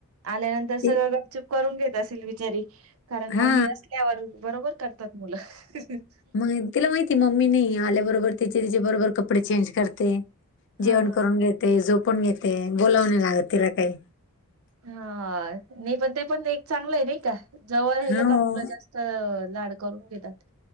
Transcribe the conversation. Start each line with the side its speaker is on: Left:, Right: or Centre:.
Right: आल्यानंतर
Left: ती-
Right: सरळ गपचूप करून घेत असेल बिचारी कारण
Left: हा
Right: मम्मी असल्यावर बरोबर कर मुलं <inaudible>
Left: मग तिला माहिती मम्मी नाही आल्याबरोबर तिचे तिचे बरोबर कपडे चेंज करते.
Right: हा
Left: जेवण करून घेते झोपून घेते बोलाव नाही लागत तिला काही.
Right: हा नाही पण ते पण ते एक चांगलं आहे नाही का जवळ राहिलं
Left: हो
Right: का मुलं जास्त. लाड करून घेतात.